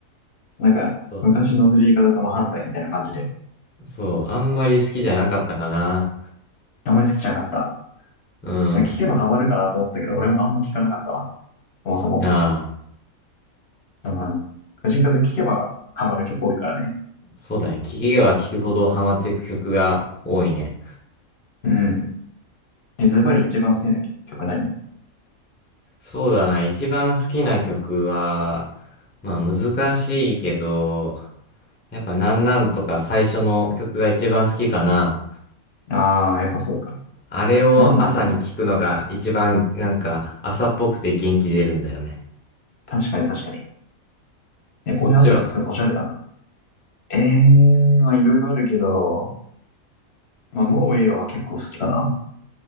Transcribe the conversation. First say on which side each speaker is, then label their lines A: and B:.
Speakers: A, on the left; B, on the left.
A: なんか、
B: そ
A: 昔の藤井風とも反対みたいな感じで。
B: う、そうあんまり好きじゃなかったかな。
A: あんまり好きじゃなかった。
B: うん。
A: なんか聞けばハマるかなと思ったけど、俺もあんま聞かなかったわ。そもそも。
B: なあ、
A: うん。藤井風聞けばハマる曲多いからね。
B: そうだね。聴けば聴くほどハマっていく曲が多いね。
A: うん。ズバリ一番好きな曲何
B: そうだな、一番好きな曲は、まあ難しいけど、やっぱなんなんとか最初の曲が一番好きかな。
A: ああ、やっぱそうか。
B: あれを朝に聞くのが一番なんか朝っぽくて元気出るんだよね。
A: なんなんいいな。確かに確かに。ね、
B: そっちは
A: これ朝に聞くのおしゃれだな。ええまあいろいろあるけど、まあもうええわは結構好きかな。